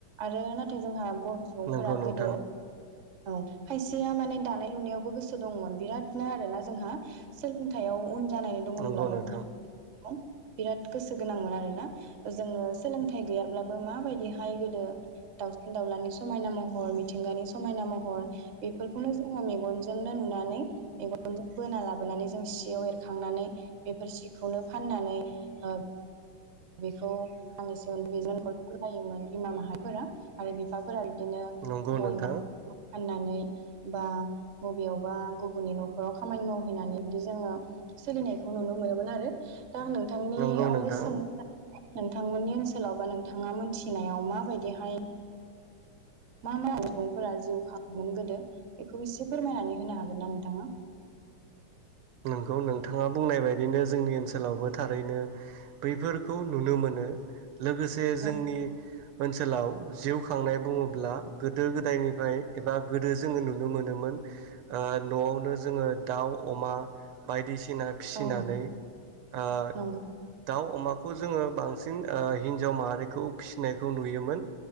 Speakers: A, on the right; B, on the right.
A: आरो नाथाय जोंहा बर' सुबुंफोरा
B: नंगौ नोंथां
A: गोदो औ खायसेया माने दानाय लुनायावबो गोसो दंमोन बिरादनो आरोना जोंहा सोलोंथाइयाव उन जानाय दं मोनब्लाबो
B: नंगौ नोंथां
A: <unintelligible> बिराद गोसो गोनांमोन आरोना जोंङो सोलोंथाइ गैयाब्लाबो माबायदि हाय गोदो दाउ दावउलानि समायना महर, मिथिंगानि समायना महर बेफोरखौनो जोंङो मेगनजोंनो नुनानै मेगनजों बोना लाबोनानै जों सियाव एरखांनानै बेफोर सिखौनो फाननानै ओ बेखौ आं एसे <unintelligible> फथायोमोन इमान हाफोरा आरो बिफाफोरा दिनो
B: नंगौ
A: बन
B: नोंथां
A: फाननानै बा बबेयावबा गुबुननि न'खराव खामानि मावहैनानै बिदि जोङो सोलिनायखौ नुनो मोनोमोन आरो। दा आं नोंथांनियावबो
B: नंगौ नोंथां
A: सोंनो नोंथांमोननि ओनसोलाव बा नोंथाङा मोनथिनायाव माबायदिहाय मा मा <unintelligible> सुबुंफोरा जिउ खाङोमोन गोदो बेखौ एसे फोरमायनानै होनो हागोनना नोंथाङा?
B: नोंगौ नोंथांङा बुंनाय बायदिनो जोंनि ओनसोलावबो थारैनो बैफोरखौ नुनो मोनो। लोगोसे
A: औ
B: जोंनि ओनसोलाव जिउ खांनाय बुङोब्ला गोदो गोदायनिफ्राय एबा गोदो जोंङो नुनो मोनोमोन न'आवनो जोंङो दाउ अमा बायदिसि फिना फिसिनानै
A: औ नंगौ
B: ओ
A: नंगौ
B: दाउ अमाखौ जोंङो बांसिन ओ हिन्जाव माहारिखौ फिसिनायखौ नुयोमोन।